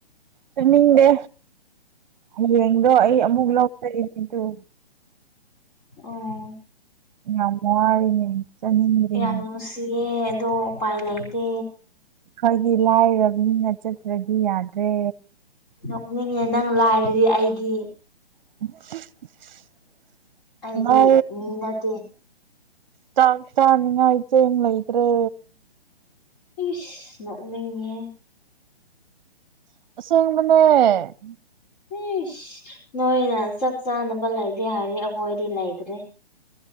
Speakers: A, on the right; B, on the left.
A: ꯆꯅꯤꯡꯗꯦ ꯍꯌꯦꯡꯗꯣ ꯑꯩ ꯑꯃꯨꯛ ꯂꯧ <unintelligible>
B: ꯑꯣ
A: ꯌꯥꯝ ꯋꯥꯔꯤꯔꯤꯅꯦ ꯆꯥꯅꯤꯡꯔꯤꯅꯦ
B: ꯌꯥꯝ ꯅꯨꯡꯁꯤꯌꯦ ꯑꯗꯣ ꯎꯄꯥꯏ ꯂꯩꯇꯦ
A: ꯑꯩꯈꯣꯏꯗꯤ ꯂꯥꯏꯔꯕꯅꯤꯅ ꯆꯠꯇꯔꯗꯤ ꯌꯥꯗ꯭ꯔꯦ
B: ꯅꯣꯛꯅꯤꯡꯉꯦ ꯅꯪ ꯂꯥꯏꯔꯔꯗꯤ ꯑꯩꯗꯤ
A: ꯑ <unintelligible>
B: ꯑꯩꯗꯤ ꯃꯤ ꯅꯠꯇꯦ
A: ꯆꯥꯛ ꯆꯅꯤꯡꯉꯥꯏ ꯆꯦꯡ ꯂꯩꯇ꯭ꯔꯦ
B: ꯏꯤꯁ ꯅꯣꯛꯅꯤꯡꯉꯦꯍꯦ
A: ꯑꯁꯦꯡꯕꯅꯦ
B: ꯏꯁ ꯅꯣꯏꯅ ꯆꯥꯛ ꯆꯥꯅꯕ ꯂꯩꯗꯦ ꯍꯥꯏꯗꯤ ꯑꯩꯈꯣꯏꯗꯤ ꯂꯩꯇ꯭ꯔꯦ